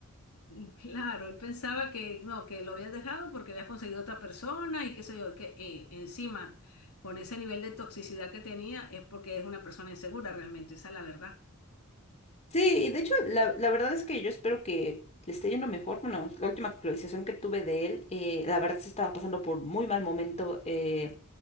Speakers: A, on the left (about 85°); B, on the left (about 30°).
A: Y claro, él pensaba que no, que lo habías dejado porque habías conseguido otra persona y qué sé yo, que eh, encima con ese nivel de toxicidad que tenía es porque es una persona insegura realmente, esa es la verdad.
B: Sí, y de hecho, la, la verdad es que yo espero que le esté yendo mejor. Bueno, la última actualización que tuve de él, eh, la verdad se estaba pasando por muy mal momento. eh,